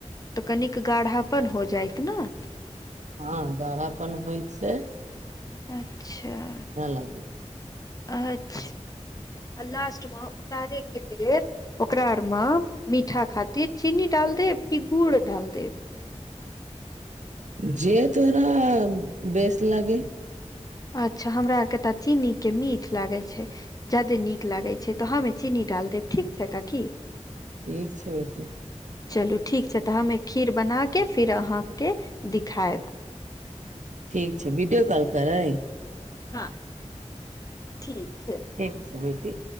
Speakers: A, on the left (about 30°); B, on the right (about 80°).
A: तऽ कनिक गाढ़ापन हो जाइत न।
B: हँ गाढ़ा पन होइत छै।
A: अच्छा-
B: लागी
A: अच्छ आ लास्ट में उतारे के लेल। ओकरा आरमे मीठा खातिर चीनी डाल देब कि गुड़ डाल देब।
B: जे तोरा बेस लागे।
A: अच्छा हमरा आरके तऽ चीनी के मीठ लागैत छै। ज्यादे नीक लागैत छै तऽ हमे चीनी डाल देब ठीक छै काकी।
B: इ छैत।
A: चलू ठीक छै तऽ हमे खीर बनाके फेर अहाँके दिखायब।
B: ठीक छै वीडियो कॉल करै।
A: हँ ठीक छै।
B: ठीक छै बेटी।